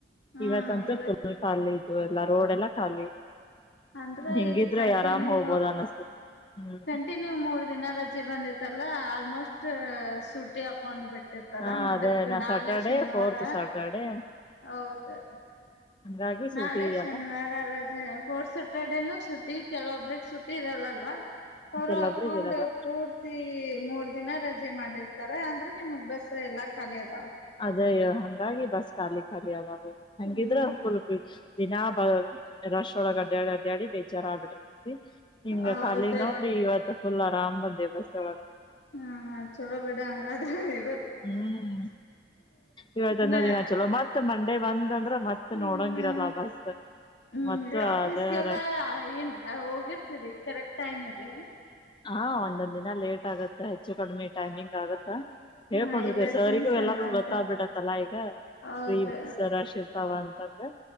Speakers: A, on the left; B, on the left.
A: ಹಾ
B: ಇವತ್ತಂತೂ
A: ಇವ
B: ಪುಲ ಕಾಲಿ ಇದು ಎಲ್ಲ ರೋಡ್ ಎಲ್ಲ ಖಾಲಿ
A: ಅಂದ್ರ
B: ಹಿಂಗಿದ್ರೆ
A: ಈಗ ಕಂಟಿನ್ಯೂ
B: ಆರಾಮ್ ಹೋಗ್ಬೋದ ಅನಸ್ತತಿ ಹ್ಮ್
A: ಕಂಟಿನ್ಯೂ ಮೂರ್ ದಿನ ರಜೆ ಬಂದ ಇಲ್ಲಾ ಆಲ್ಮೋಸ್ಟ್ ಸೂಟಿ ಹಾಕೊಂಡ್ ಬಿಟ್ಟ ಇಟ್ಟಿರ್ತಾರ
B: ಹಾ
A: ನಡಕ್
B: ಅದೇ ನಾ
A: ನಾಳೆ
B: ಸ್ಯಾಟರ್ಡೆ
A: ಶನಿವಾರ
B: ಫೋರ್ತ್ ಸ್ಯಾಟರ್ಡೆ
A: ಹೌದು
B: ಹಂಗಾಗಿ
A: ನಾಳೆ
B: ಸೂಟಿ
A: ಶನಿವಾರ
B: ಅಲ್ಲ
A: ರಜೆ ಫೋರ್ತ ಸ್ಯಾಟರ್ಡೇನು ಶುಟ್ಟಿ ಕೆಲವೊಬ್ಬ್ರಿಗೆ ಸುಟ್ಟಿ ಇರಲ್ಲಲ್ಲ ಅವರು
B: ಕೆಲವೊಬ್ರಿಗೆ
A: ಅಕೌಂಡ್
B: ಇರಲ್ಲ
A: ಪೂರ್ತಿ ಮೂರ್ ದಿನ ರಜೆ ಮಾಡಿರ್ತಾರೆ ಅಂದ್ರೆ ನಿಮ್ ಬಸ್ಸ ಎಲ್ಲಾ ಕಾಲಿದ
B: ಅದೇ ಹಂಗಾಗಿ ಬಸ್ ಖಾಲಿ ಖಾಲಿ ಅದವ ಹಂಗಿದ್ರೆಲ್
A: ಹ್ಮ್
B: ದಿನಾ ಬ ರಶ್ ಒಳಗ ಅಡ್ಡ್ಯಾಡಿ ಅಡ್ಡ್ಯಾಡಿ ಬೇಜಾರ ಆಗ್ಬಿಡ್ರಿ ಹಂಗ
A: ಹೌದ
B: ಖಾಲಿ ನೋಡ್ರಿ ಇವತ್ತು ಫುಲ್ ಆರಾಮ್ ಬಂದೇ ಬಸ್ ಒಳಗೆ
A: ಹಾ ಚಲೋ ಬಿಡಂಗಾದ್ರ
B: ಹ್ಮ್ ಇವತ್ತಂದ
A: ನ
B: ದಿನ ಚಲೋ ಮತ್ತ ಮಂಡೇ ಒಂದ ಅಂದ್ರೆ ಮತ್ತೆ
A: ಹ್ಮ್
B: ನೋಡ ಇರಲ್ಲ ಬಸ್
A: ಹ್ಮ್
B: ಮತ್ತ
A: ಆಫೀಸ್ಗೆಲ್ಲಾ
B: ಅದೇ
A: ಏನ್ ಹೋಗಿರ್ತೀರಿ ಕರೆಕ್ಟ್ ಟೈಮಿಗೆ
B: ಹಾ ಒಂದೊಂದ್ ದಿನ ಲೇಟ್ ಆಗತ್ತ ಹೆಚ್ಚು ಕಡಿಮೆ ಟೈಮಿಂಗ್ ಆಗತ್ತಾ ಹೇಳ್ಕೊಂಡಿರ್ತಿ
A: ಹ ಈ ಬಸ್ಸಿನ
B: ಸರಿಗೂ
A: ಸಂಬಂಧ
B: ಎಲ್ಲಾರೂ ಗೊತ್ತಾಗಬಿಟ್ಟತ್ತಲ್ಲಾ ಈಗ
A: ಹೌದು
B: ಫ್ರೀ ಬಸ್ ರಶ ತಾವ ಅಂತಂದ್ರ